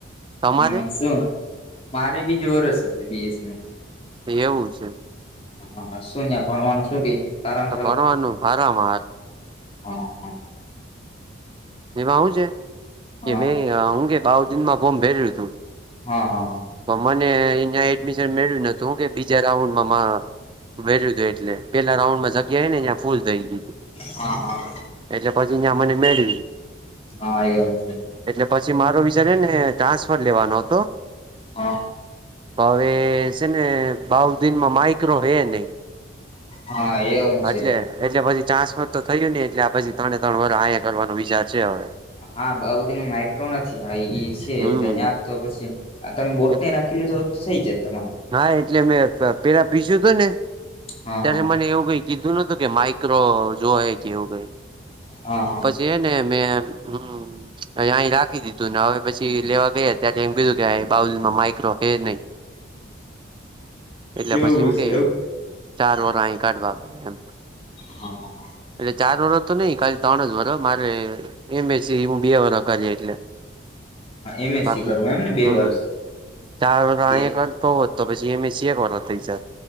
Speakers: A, on the right; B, on the left.
A: તમારે
B: હમ સુ મારે બીજું વરસ હસે બી. એસ. સી નું
A: એવું છે
B: હા સુ ન્ય ભણવાનું શું કે સારામાં
A: તો ભણવાનું હારમ હારુ
B: ઓકે
A: એમાં હું છે
B: હા
A: કે મેં હું કે બાવ દિન માં ફોર્મ ભેર્યું તું
B: અ હ હ
A: પણ મને અંયા એડમિશન મેળવ્યું નતુ કે બીજા રાઉન્ડમાં મા ભર્યું તું એટલે પેલા રાઉન્ડ માં જગ્યા હેં ન્યા ફૂલ થઈ ગઈ
B: અ હા
A: એટલે પછી યા મને મેળવી
B: હા એ આવશે
A: એટલે પછી મારો વિચાર હેને ટ્રાન્સફર લેવાનો હતો
B: હ
A: અવે સેને બાઉ દીનમાં માઈક્રો હે નહ
B: હા એવું છે
A: એટલે એટલે પછી ચાન્સમાં તો થયું નને એટલે આ પછી તણે તણ વર અહીંયા કરવાનો વિચાર છે હવે
B: હા બાઉદિનો માઈક્રો નથી હ ઈ છે
A: હમ
B: એટલે યા તો પછી આ તમે બૉટની
A: એટલે
B: રાખી લીધું હોત તો થઈ જાત તમાર
A: હા એટલે મેં પ પેલા પીસ્યું તું ને
B: હા
A: ત્યારે
B: હા
A: મને એવું કંઈ કીધું નતું કે માઇક્રો જો એ કે એવું કંઈ
B: અ હ
A: જેને મે હમ અઇ અહી રાખી દીધું ને હવે પછી લેવા ગયા ત્યારે એમ કીધું કે એ બાઉલ માં માઈક્રો હે નહી એટલે
B: એવું
A: પછી હું
B: છે
A: કે
B: એમ
A: ચાર વરહી કાઢવા પઢશે
B: હા
A: એટલે ચાર વરહ તો નઈ ખાલી તણ જ વરહ મારે એમ. એસ. સી હું બે વરહ કરી એટલે
B: એમએસસી
A: બાકી
B: કરવું એમને બે
A: હમ
B: વર્ષ
A: હમ ચાર વરહ
B: બે
A: કર તો તો પછી એમ. એસ. સી એક વરહ થઈ જાત